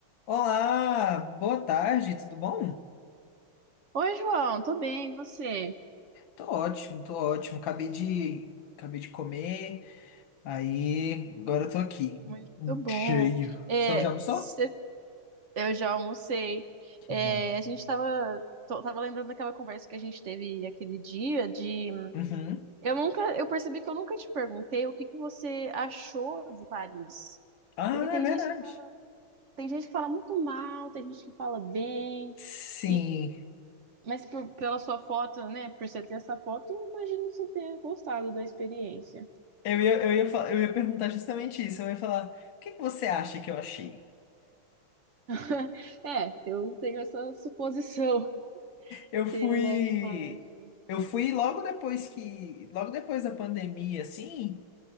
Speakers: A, on the left (about 75°); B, on the right (about 50°).
A: Olá, boa tarde, tudo bom?
B: Oi, João, tô bem, e você?
A: Tô ótimo, tô ótimo. Acabei de, acabei de comer, aí agora eu tô aqui,
B: Muito bom.
A: cheio.
B: É,
A: Você já almoçou?
B: cê- eu já almocei.
A: Que
B: É,
A: bom.
B: a gente tava, tô- tava lembrando daquela conversa que a gente teve aquele dia de
A: Uhum.
B: eu nunca, eu percebi que eu nunca te perguntei o que que você achou de Paris.
A: Ah,
B: Porque tem
A: é verdade.
B: gente que fala, tem gente que fala muito mal, tem gente que fala bem.
A: Sim.
B: E, mas por- pela sua foto, né? Por você ter essa foto, eu imagino que você tenha gostado da experiência.
A: Eu ia, eu ia, fa- eu ia perguntar justamente isso. Eu ia falar, o que que você acha que eu achei?
B: <laughs> É, eu tenho essa suposição.
A: Eu fui,
B: Pela imagem.
A: eu fui logo depois que, logo depois da pandemia, assim,